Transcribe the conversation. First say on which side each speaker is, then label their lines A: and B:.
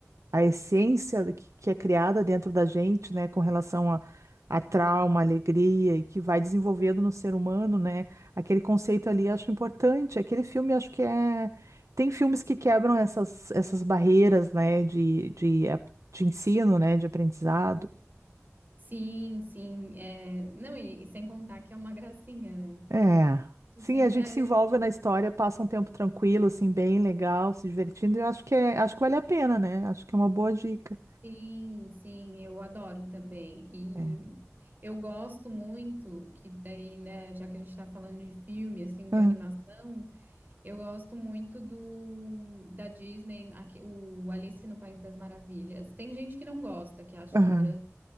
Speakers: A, on the right; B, on the right.
A: a essência do que, que é criada dentro da gente, né? Com relação a, a trauma, alegria e que vai desenvolvendo no ser humano, né? Aquele conceito ali eu acho importante. Aquele filme acho que é tem filmes que quebram essas essas barreiras, né? De, de, eh, de ensino, né? De aprendizado.
B: Sim, sim. É... Não, e, e sem contar que é uma gracinha, né?
A: É.
B: De
A: Sim,
B: sempre.
A: a gente
B: é,
A: se envolve na história, passa um tempo tranquilo, assim, bem legal, se divertindo. Eu acho que é, acho que vale a pena, né? Acho que é uma boa dica.
B: Sim, sim, eu adoro também. E
A: É.
B: eu gosto muito que daí, né, já que a gente tá falando de filme, assim, de
A: Aham,
B: animação, eu gosto muito do da Disney, aqui, o Alice no País das Maravilhas. Tem gente que não gosta, que acha
A: aham,
B: uma grande